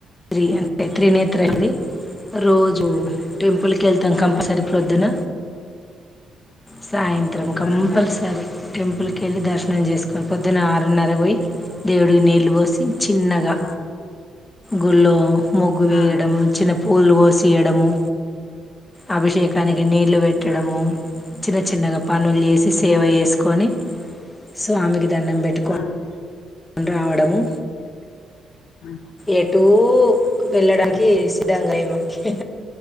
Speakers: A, on the left; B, on the left.
A: త్రీ త్రినేత్రులది రోజు టెంపుల్ క వెళ్తాం
B: ఉమ్
A: కంపల్సరీ ప్రొద్దున సాయంత్రం
B: ఉమ్
A: కంపల్సరి టెంపుల్కి వెళ్ళి దర్శనం చేసుకొని పొద్దున్న ఆరున్నర పోయి దేవుడికి నీళ్లు పోసి చిన్నగా
B: ఆ
A: గుళ్ళ మొగ్గు వేయడము
B: ఆ ఆ
A: చిన్న పూలు కోసేయడము అభిషేకానికి నీళ్లు పెట్టడము చిన్న చిన్నగా పనులు వేసి సేవ
B: ఉమ్
A: చేేసుకొని స్వామి గి దండం పెట్టుకోండి
B: ఉమ్
A: రావడము
B: ఉమ్
A: ఎటుూ వెళ్ళడానికి
B: ఉమ్
A: సిద్ధంగా మకి